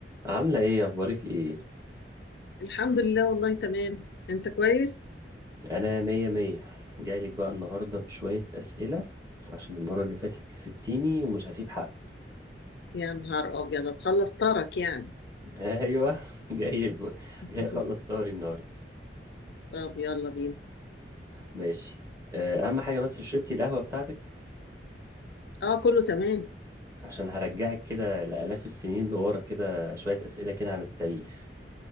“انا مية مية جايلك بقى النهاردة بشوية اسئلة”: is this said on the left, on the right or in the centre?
Right